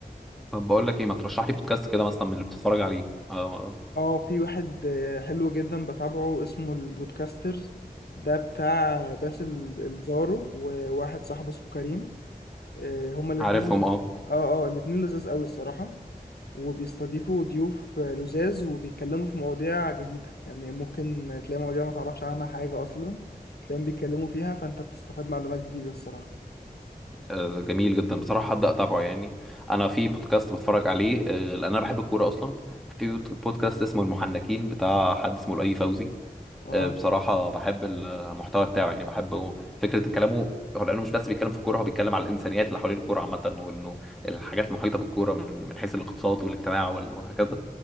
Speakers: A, in the centre; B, on the left.
A: طب بقول لك ايه ما ترشح لي بودكاست كده مثلا من اللي بتتفرج عليه آه،
B: اه في واحد آه، حلو جدا بتابعه اسمه البودكاسترز ده بتاع باسل الزارو وواحد صاحبه اسمه كريم آه، هما الاتنين
A: عارفهم اه
B: اه اه الاتنين لذاذ قوي الصراحة وبيستضيفوا ضيوف لزاز وبيتكلموا في مواضيع جديدة يعني ممكن تلاقي مواضيع ما تعرفش عنها حاجة أصلا تلاقيهم بيتكلموا فيها فأنت بتستفاد معلومات جديدة الصراحة
A: آه، جميل جدا بصراحة هبدأ أتابعه يعني أنا في بودكاست بتفرج عليه آه، لأن أنا بحب الكورة أصلا في بود- بودكاست اسمه المحنكين بتاع حد اسمه الأي فوزي
B: اه
A: آه، بصراحة بحب المحتوى بتاعه يعني بحب فكرة كلامه هو لأنه مش بس بيتكلم في الكورة هو بيتكلم على الإنسانيات اللي حوالين الكورة عامة وإنه الحاجات المحيطة بالكورة من من حيث الاقتصاد والاجتماع وال- وهكذا